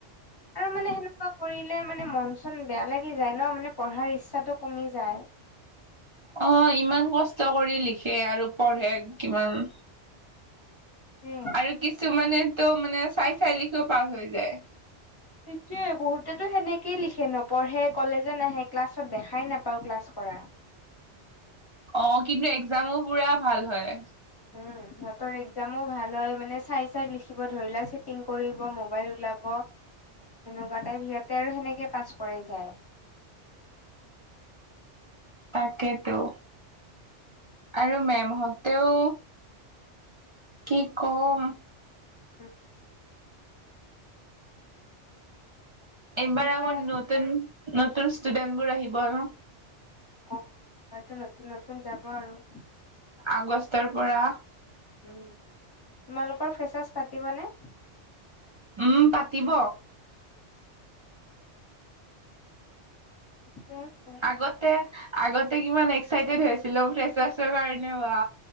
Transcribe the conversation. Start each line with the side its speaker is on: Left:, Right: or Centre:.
Left: আৰু মানে সেনেকুৱা কৰিলে মানে মন চন বেয়া লাগি যায় ন, মানে পঢ়াৰ ইচ্ছাটো কমি যায়।
Right: অ ইমান কষ্ট কৰি লিখে আৰু পঢ়ে কিমান
Left: সেইটোৱে।
Right: আৰু কিছুমানে তো মানে চাই চাই লিখিও পাছ হৈ যায়।
Left: সেইটোৱে বহুতেতো সেনেকেই লিখে নপঢ়ে কলেজত নাহে ক্লাছত দেখাই নাপাও ক্লাছ কৰা।
Right: অ কিন্তু একজামো পুৰা ভাল হয়।
Left: উম সিহঁতৰ একজামো ভাল হয়, মানে চাই চাই লিখিব ধৰি লোৱা চিটিং কৰিব, মোবাইল ওলাব ব, সেনেকুৱা টাইপ সিহঁতে আৰু সেনেকে পাছ কৰি যায়।
Right: <inaudible> তাকেতো। আৰু মেম হঁতেও কি কম!
Left: <inaudible>
Right: এইবাৰ
Left: সেইয়াই
Right: আকৌ নতুন নতুন ষ্টুডেন্টবোৰ আহিব আৰু।
Left: অ এবাৰটো নতুন নতুন যাব আৰু।
Right: আগষ্টৰ পৰা
Left: উম, তোমালোকৰ ফ্ৰেচাছ পাতিবনে?
Right: উম পাতিব।
Left: ঠিকে আছে।
Right: আগতে আগতে কিমান এক্সাইটেড হৈ আছিলো ফ্ৰেচাছৰ কাৰণে বা!